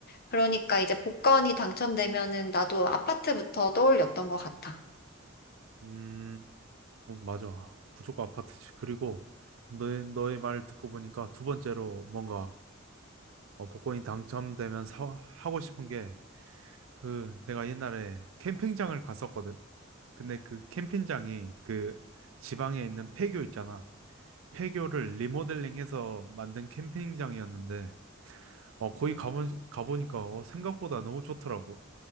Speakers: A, on the left (about 45°); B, on the right (about 70°).
A: 그러니까 이제 복권이 당첨되면은 나도 아파트부터 떠올렸던 것 같아.
B: 음, 어, 맞아. 무조건 아파트지. 그리고 너의, 너의 말을 듣고 보니까 두 번째로 뭔가 어, 복권이 당첨되면 사, 하고 싶은 게 그 내가 옛날에 캠핑장을 갔었거든. 근데 그 캠핑장이 그 지방에 있는 폐교 있잖아. 폐교를 리모델링해서 만든 캠핑장이었는데 어 거기 가보, 가보니까 어, 생각보다 너무 좋더라고.